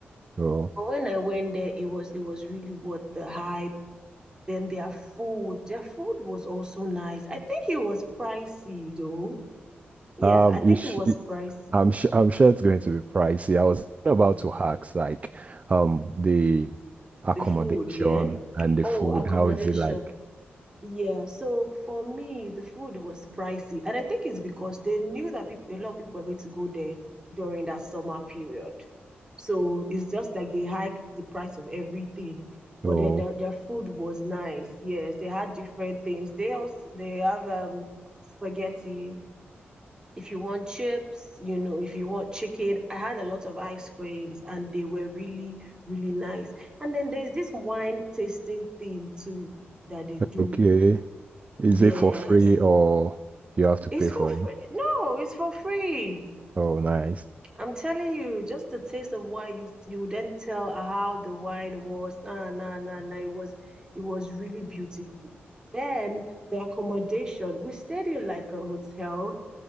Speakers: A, on the right (about 35°); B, on the right (about 20°).
A: Oh,
B: But when I went there, it was it was really worth the hype. Then their food, their food was also nice. I think it was pricey though. Yeah,
A: um,
B: I think
A: is. sh-
B: it was pricey.
A: I'm sure I'm sure it's going to be pricey. I was about
B: Yeah.
A: to ask like um the accommodation
B: The food, yeah.
A: and the
B: Oh,
A: food.
B: accommodation.
A: How is it like?
B: Yeah, so for me, the food was pricey, and I think it's because they knew that people, a lot of people were going to go there during that summer period. So it's just like they hiked the price of everything, but
A: Oh,
B: their their, their food was nice. Yes, they had different things. They also they have um spaghetti. If you want chips, you know, if you want chicken, I had a lot of ice creams, and they were really, really nice. And then there's this wine tasting thing too that they do.
A: okay. Is
B: Yes,
A: it for free or you have to
B: it's
A: pay
B: for
A: for
B: free.
A: it?
B: No, it's for free.
A: Oh, nice.
B: I'm telling you, just the taste of wine, you you then tell how the wine was. Nah, nah, nah, nah. It was it was really beautiful. Then the accommodation, we stayed in like a hotel.